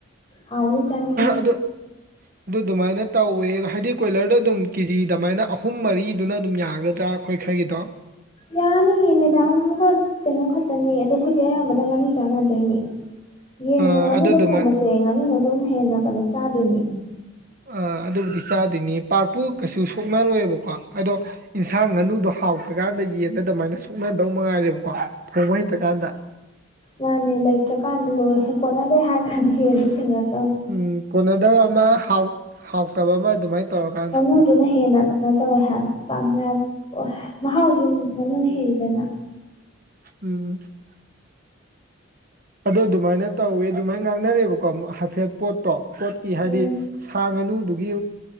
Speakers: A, on the left; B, on the right.
A: ꯍꯥꯎꯅꯤ ꯆꯥꯅꯤꯡꯉꯤ
B: ꯑꯗꯣ ꯑꯗꯨ ꯑꯗꯨꯃꯥꯏꯅ ꯇꯧꯋꯦ ꯍꯥꯏꯗꯤ ꯀꯣꯏꯂꯔꯗ ꯑꯗꯨꯝ ꯀꯦꯖꯤ ꯑꯗꯨꯃꯥꯏꯅ ꯑꯍꯨꯝ ꯃꯔꯤꯗꯨꯅ ꯑꯗꯨꯝ ꯌꯥꯒꯗ꯭ꯔꯥ ꯑꯩꯈꯣꯏ ꯈꯔꯒꯤꯗꯣ
A: ꯌꯥꯅꯤꯌꯦ ꯃꯦꯗꯥꯥꯟꯒ ꯀꯩꯅꯣ ꯈꯛꯇꯅꯦ ꯑꯗꯣ ꯑꯩꯈꯣꯏꯗꯤ ꯑꯌꯥꯝꯕꯅ ꯉꯥꯅꯨ ꯆꯥꯟꯅꯗꯣꯏꯅꯦ ꯌꯦꯡ
B: ꯑ
A: ꯉꯥꯅꯨꯒ
B: ꯑꯗꯨ ꯑꯗꯨꯃꯥꯏ
A: ꯊꯣꯡꯕꯁꯦ ꯉꯥꯅꯨꯅ ꯑꯗꯨꯝ ꯍꯦꯟꯅ ꯀꯩꯅꯣ ꯆꯥꯗꯣꯏꯅꯦ
B: ꯑꯥ ꯑꯗꯨꯕꯨꯗꯤ ꯆꯥꯗꯣꯏꯅꯤ ꯄꯥꯛꯄꯨ ꯀꯩꯁꯨ ꯁꯣꯛꯅꯔꯣꯏꯕꯀꯣ ꯑꯗꯣ ꯌꯦꯟꯁꯥꯡ ꯉꯥꯅꯨꯗꯣ ꯍꯥꯎꯇ꯭ꯔꯀꯥꯟꯗ ꯌꯦꯟꯗ ꯑꯗꯨꯃꯥꯏꯅ ꯁꯣꯛꯅꯗꯧ ꯃꯉꯥꯏꯔꯦꯕꯀꯣ ꯊꯣꯡꯕ ꯍꯩꯇ꯭ꯔꯀꯥꯟꯗ
A: ꯃꯥꯅꯦ ꯂꯩꯇ꯭ꯔꯀꯥꯟꯗ ꯂꯣꯏ ꯀꯣꯟꯠꯅꯗꯦ ꯍꯥꯏꯔ ꯀꯥꯟꯗ ꯌꯦꯟꯗꯣ ꯊꯦꯡꯅꯔꯦ
B: ꯎꯝ ꯀꯣꯟꯅꯗꯕ ꯑꯃ ꯍꯥꯎ ꯍꯥꯎꯇꯕ ꯑꯃ ꯑꯗꯨꯃꯥꯏꯅ ꯇꯧꯔꯀꯥꯟꯗ
A: ꯑꯃꯗꯨꯅ ꯍꯦꯟꯅ ꯀꯩꯅꯣ ꯇꯧꯋꯦ ꯍꯥꯏ ꯄꯥꯝꯅ ꯃꯍꯥꯎꯁꯨ ꯉꯥꯅꯨꯅ ꯍꯦꯜꯂꯤꯗꯅ
B: ꯎꯝ ꯑꯗꯨ ꯑꯗꯨꯃꯥꯏꯅ ꯇꯧꯋꯦ ꯑꯗꯨꯃꯥꯏꯅ ꯉꯥꯡꯅꯔꯦꯕꯀꯣ ꯍꯥꯏꯐꯦꯠ ꯄꯣꯠꯇꯣ ꯄꯣꯠꯀꯤ ꯍꯥꯏꯗꯤ
A: ꯎꯝ
B: ꯁꯥꯡꯉꯅꯤ ꯑꯗꯨꯒꯤ